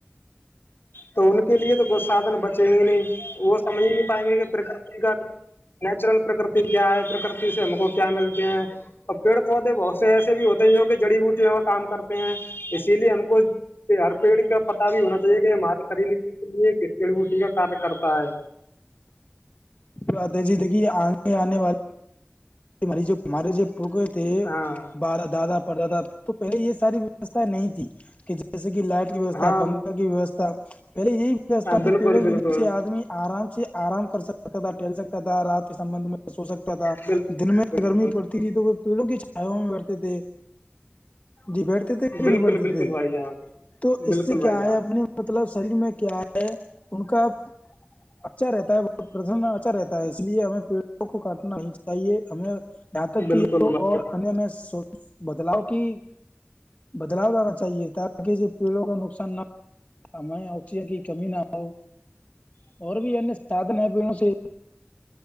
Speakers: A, on the left; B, on the left.
A: تو ان کے لیے تو کئی سادھن بچیں گے نہیں وہ سمجھ ہی نہیں پائیں گے کہ پرکرتی کا نیچرل پرکرتی کیا ہے پرکرتی سے ہم کو کیا ملتے ہیں اور پیڑ پودے بہت سے ایسے بھی ہوتے ہیں جو کہ جڑی بوٹییا کام کرتے ہیں اسی لیے ہم کو ہر پیڑ کا پتا بھی ہونا چاہیے کہ ہمارے خریل لیے کس جیڑی بوٹی کا کاریہ کرتا ہے
B: بات جی دیکھیے آنے آنے والے مری جو مارے جو پکے تھے
A: ہاں
B: بارہ دادا پر دادا تو پہلے یہ ساری ویوستھائ نہیں تھی کہ جیسے کہ لائٹ کی ویوستھا
A: ہاں
B: پنکھا کی ویوستھا پہلے یہی ویستا
A: ہاں
B: تھی
A: بالکل
B: پیڑوں
A: بالکل
B: کے نچے آدمی آرام سے آرام کر سکتا تھا ٹہل سکتا تھا رات کے سمبندھ میں سو سکتا تھا
A: بالکل
B: دن میں
A: بالکل
B: گرمی پڑتی تھی تو پیڑوں کی چھیا میں برھتے تھے جی بیٹھتے تھے کہ
A: بالکل
B: نہیں بیٹھتے
A: بالکل
B: تھے
A: بھائی جان
B: تو
A: بالکل
B: اس سے کیا
A: بھائی جان
B: ہے اپنے مطلب شریر میں کیا ہے ان کا اچھا رہتا ہے بہت پرسن اچھا رہتا ہے اس لیے ہمیں پیڑ وہ کو کاٹنا ہیاہے جے ہمیں نت
A: بالکل
B: کی
A: بھائی
B: اور انیہ میں س بدلاؤ کی بدلاؤ لانا چاہیے تاکہ پیڑوں کو نقصان نہ ہمیں آکسیجن کی کمی نہ ہو اور بھی انیہ سھن ہے پیڑوں سے